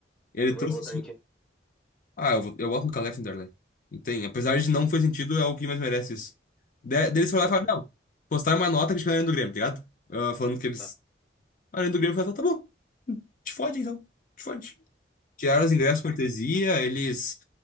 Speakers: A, on the left; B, in the centre.
A: ele
B: Tu
A: trouxe.
B: vai votar
A: esse-
B: em quem?
A: Ah, eu, vou- eu boto no Calé Vanderlei. Não tem. Apesar de não fazer sentido, é o que mais merece isso. Da- Daí foram lá
B: Bota
A: e falaram:
B: fé.
A: não, postaram uma nota criticando a Arena do Grêmio, tá ligado? Ah, falando que eles.
B: Tá.
A: A Arena do Grêmio falou: tá bom, te fode então, te fode. Tiraram os ingressos cortesia, eles